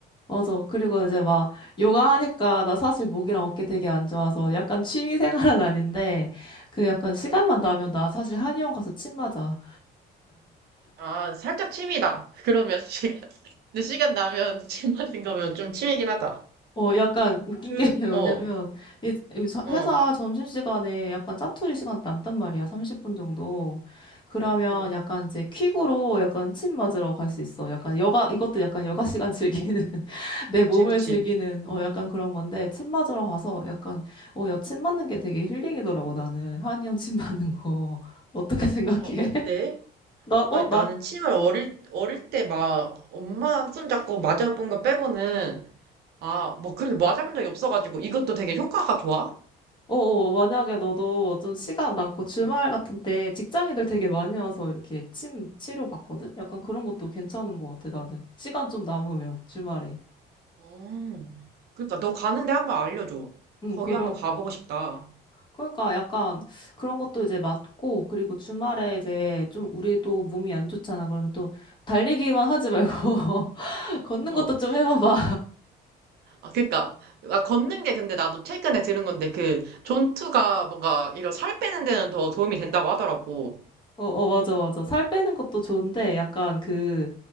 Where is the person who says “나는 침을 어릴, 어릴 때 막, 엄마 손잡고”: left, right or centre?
Right